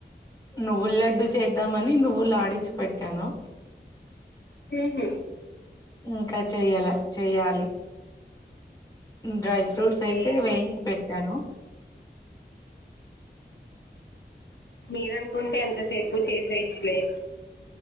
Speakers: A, on the left; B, on the left.
A: నువ్వుల లడ్డు చేద్దామని. ఫుల్ ఆడిచి పెట్టాను.
B: హహ
A: ఇంకా చెయ్యాల చెయ్యాలి డ్రై ఫ్రూట్స్
B: ఓకే
A: అయితే వేయించి పెట్టాను. <inaudible>
B: మీరనుకుంటే ఎంతసేపు చేసేచ్చులే.